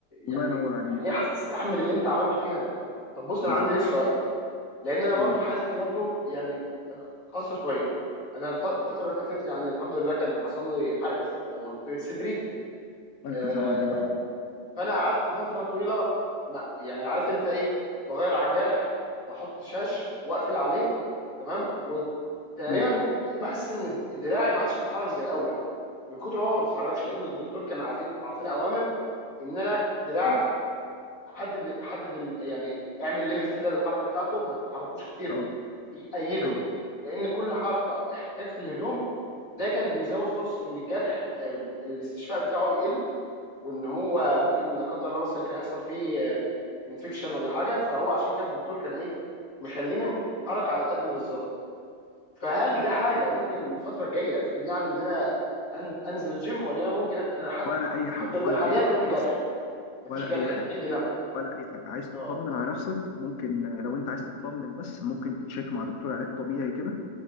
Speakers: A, on the left; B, on the left.
A: الله
B: يعني
A: ينور عليك
B: يعني هي هتستحمل اللي انت عملته فيها ده طب بص انا
A: بالظبط
B: عندي ليك سؤال لان انا
A: قول
B: برضو
A: لي
B: حالتي برضو يعني خاصه شويه انا الف- الفتره اللي فاتت يعني الحمد لله كان حصل لي حرق في منطقه صدري
A: وانت
B: آه،
A: سامع عليك يا حب
B: فانا قعدت فتره طويله ما- يعني عارف انت ايه بغير على الجرح واحط شاش واقفل عليه تمام وتقريبا
A: مم.
B: بحس ان دراعي ما عادش بيتحرك زي الاول من كتر هو ما بيتحركش لان الدكتور كان عاطين- عاطينا اوامر ان انا دراعك
A: مم.
B: حدد حدد ال- يعني اعمل ليميت كده للحركه بتاعته ما تتحركوش كتير
A: اه
B: ي- ايده
A: ايوه
B: لان كل حركه احتكاك في الهدوم ده كان بيزود فرصه ان الجرح آه، الاستشفاء بتاعه يقل وان هو ممكن لا قدر الله مثلا كان يحصل فيه انفكشن ولا حاجه فهو عشان كده الدكتور كان ايه مخليني حركه على القد بالظبط فهل ده حاجه ممكن الفتره الجايه تمنعني ان انا أن- انزل جيم ولا انا ممكن أ- انا ح...
A: ولا اي
B: الحمد
A: حاجه
B: لله
A: ولا
B: حاليا
A: اي حاجه
B: مفيش جرح
A: بص
B: مفيش
A: ولا
B: جرح
A: اي حاجه
B: الجلد لم
A: ولا اي حاجه عايز تطمن
B: اه
A: على نفسك ممكن آه، لو انت عايز تطمن بس ممكن تتشيك مع دكتور علاج طبيعي كده